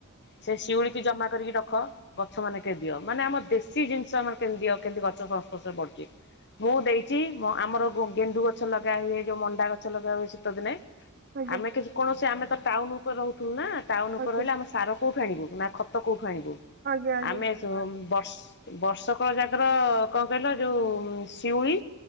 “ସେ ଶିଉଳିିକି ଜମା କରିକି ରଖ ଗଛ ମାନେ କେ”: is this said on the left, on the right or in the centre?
Left